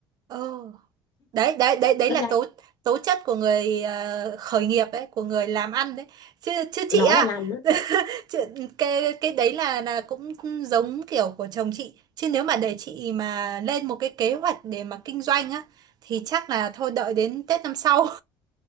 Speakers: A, on the right; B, on the left.
A: ờ đấy đấy đấy đấy
B: rất
A: là
B: nhanh
A: tố tố chất của người ờ, khởi nghiệp đấy của người làm ăn đấy chứ chứ
B: nói
A: chị á
B: là làm nữa
A: <laughs> Chuyện- cái cái đấy là là cũng giống kiểu của chồng chị chứ nếu mà để chị mà lên một cái kế hoạch để mà kinh doanh á thì chắc là thôi đợi đến Tết năm sau